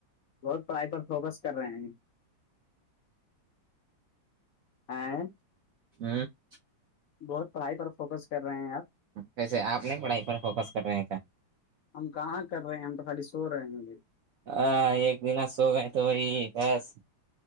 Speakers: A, on the left; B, on the right.
A: بہت پڑھائی پر فوکس کر رہے ہیں ہاں
B: ہوں <unintelligible>
A: بہت پڑھائی پر فوکس کر رہے ہیں آپ
B: ویسے آپ نہیں پڑھائی پر فوکس کر رہے ہیں کیا
A: ہم کہاں کر رہے ہیں ہم تو خالی سو رہے ہیں مجھے
B: ہاں ایک دن سو گئے تو وہی بس